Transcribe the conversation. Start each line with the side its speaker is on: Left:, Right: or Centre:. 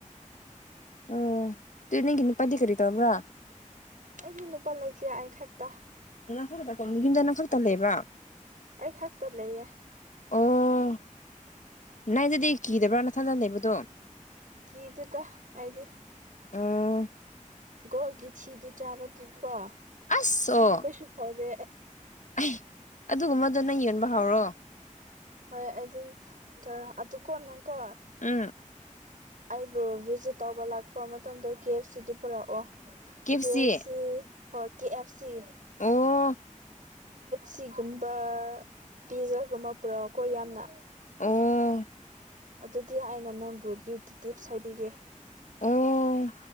Left: ꯎ ꯇꯨꯅ ꯀꯅ ꯄꯗꯤ ꯈꯔꯤ ꯇꯕ꯭ꯔꯥ
Right: ꯑꯩꯒꯤ ꯅꯨꯄꯥ ꯂꯩꯇꯦ ꯑꯩ ꯈꯛꯇ
Left: ꯈꯛꯇ ꯌꯨꯝꯗꯅꯪꯈꯛꯇ ꯂꯩꯕ
Right: ꯑꯩ ꯈꯛꯇ ꯂꯩꯌꯦ
Left: ꯑꯣ ꯏꯗꯗꯤ ꯀꯤꯗꯕ꯭ꯔꯥ ꯅꯊꯟꯗ ꯂꯩꯕꯗꯣ
Right: ꯀ ꯇꯗ ꯑꯩꯗꯤ
Left: ꯑꯣ
Right: ꯣꯜꯒꯁꯤꯗꯨ ꯆꯥꯕꯀꯣ ꯀ
Left: ꯑꯁ ꯑꯣ
Right: ꯁꯨ ꯐꯥꯎꯗꯦ
Left: ꯑꯩ ꯑꯗꯨꯒꯨꯝꯕꯗꯣ ꯅꯪ ꯌꯣꯟꯕ ꯍꯧꯥꯎꯔꯣ
Right: ꯍꯣꯏ ꯑꯗꯨ ꯑꯗꯨ ꯑꯗꯨ ꯀꯣꯟꯅꯪꯀꯣ
Left: ꯎꯝ
Right: ꯑꯩꯕꯨ ꯚꯤꯖꯤꯠ ꯇꯧꯕ ꯂꯥꯛꯄ ꯃꯇꯝꯗ ꯀꯦ ꯑꯦꯐ ꯁꯤꯗꯨ ꯄꯨꯔꯛꯑꯣ
Left: ꯀꯦꯞꯁꯤ
Right: ꯐ ꯁꯤ ꯍ ꯀꯦ ꯑꯦꯐ ꯁꯤ
Left: ꯑꯣ
Right: ꯁꯤꯒꯨꯝꯕ ꯄꯤꯖꯒꯨꯝꯕ ꯄꯨꯔꯛꯑꯣꯀꯣ ꯌꯥꯝꯅ
Left: ꯎ
Right: ꯑꯗꯨꯗꯤ ꯑꯩꯅ ꯅꯝꯕꯨ ꯕ꯭ꯌꯨꯇꯤ ꯇꯤꯞꯁ ꯍꯥꯏꯕꯤꯒꯦ
Left: ꯑꯣ